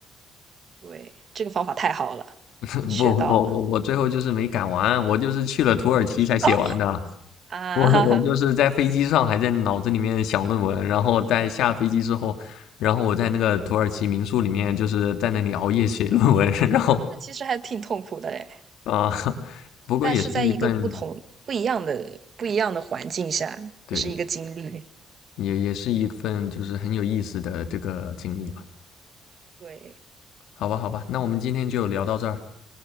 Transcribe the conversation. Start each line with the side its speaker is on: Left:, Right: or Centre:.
Right: 对，这个方法太好了，
Left: <laughs>
Right: 学到了。
Left: 不，我我我最后就是没赶完，我就是去了土耳其才写完的。
Right: 哦，啊，
Left: 我我就是在飞机上还在脑子里面想论文，
Right: <laughs>
Left: 然后在下飞机之后，然后我在那个土耳其民宿里面就是在那里熬夜写 <laughs> 论文，<laughs> 然后
Right: 那其实还挺痛苦的哎，
Left: 啊，<laughs> 不过也是一份，
Right: 但是在一个不同不一样的不一样的环境下，
Left: 对，
Right: 也是一个经历。
Left: 也也是一份就是很有意思的这个经历吧。
Right: 对，
Left: 好吧，好吧，那我们今天就聊到这儿。